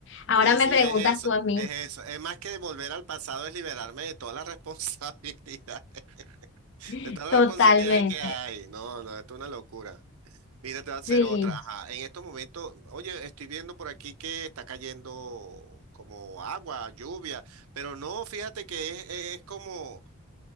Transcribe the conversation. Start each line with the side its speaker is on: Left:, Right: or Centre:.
Left: ahora
Right: Sí,
Left: me
Right: sí,
Left: preguntas
Right: es
Left: tú
Right: eso,
Left: a mí,
Right: es eso. Es más que volver al pasado, es liberarme de toda la responsabilidad, <laughs>
Left: <laughs>
Right: de toda
Left: totalmente,
Right: la responsabilidad que hay. No, no, esto es una locura. Mira, te voy a hacer
Left: sí.
Right: otra. Ajá, En estos momentos, oye, estoy viendo por aquí que está cayendo como agua, lluvia, pero no, fíjate que es, es como